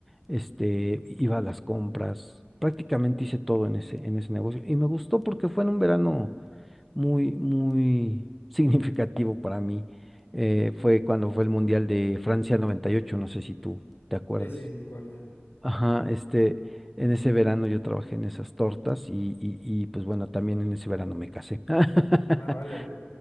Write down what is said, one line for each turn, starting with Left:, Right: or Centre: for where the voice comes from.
Centre: este, iba a las compras, prácticamente hice todo en ese, en ese negocio y me gustó porque fue en un verano muy, muy <laughs> significativo para mí. eh, fue cuando fue el Mundial de Francia noventa y ocho no sé si tú te acuerdas.
Left: Sí, sí, me acuerdo.
Centre: Ajá, este, en ese verano yo trabajé en esas tortas y, y, y pues bueno, también en ese verano me casé. <laughs>
Left: Ah, vale.